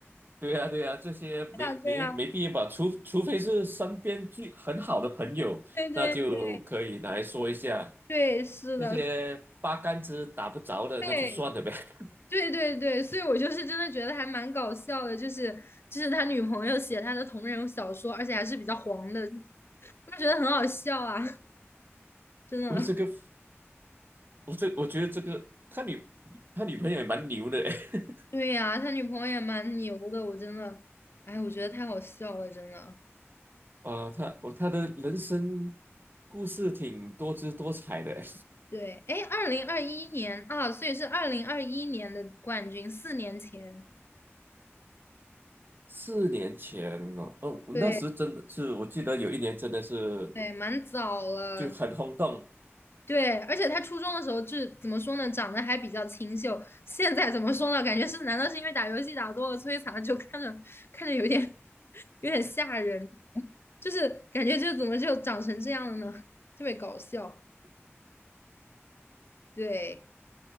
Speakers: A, on the right; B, on the left.
A: 对呀对呀，这些没没没必要吧？
B: 对呀，对呀，
A: 除除非是身边最很好的朋友，
B: 对对对
A: 那就可以拿来说一下。
B: 对，是的，
A: 那些八竿子打不着的，
B: 对。
A: 那就算了呗。<laughs>
B: 对对对，所以我就是真的觉得还蛮搞笑的，就是就是他女朋友写他的同人小说，而且还是比较黄的，我就觉得很好笑啊，真的。
A: 我这个，我这，我觉得这个他女他女朋友也蛮牛的诶，
B: 对呀、他女朋友也蛮牛的，我真的，哎，我觉得太好笑了，真的。
A: <laughs> 啊、他我他的人生故事挺多姿多彩的诶。
B: 对，哎，二零二一年啊，所以是二零二一年的冠军，四年前。
A: 四年前哦，哦，
B: 对
A: 那时真的是，我记得有一年真的是
B: 对，蛮早了。
A: 就很轰动，
B: 对，而且他初中的时候就是怎么说呢，长得还比较清秀。现在怎么说呢？感觉是，难道是因为打游戏打多了摧残了，就看着看着有点有点吓人，<laughs> 就是感觉就怎么就长成这样了呢？特别搞笑，对，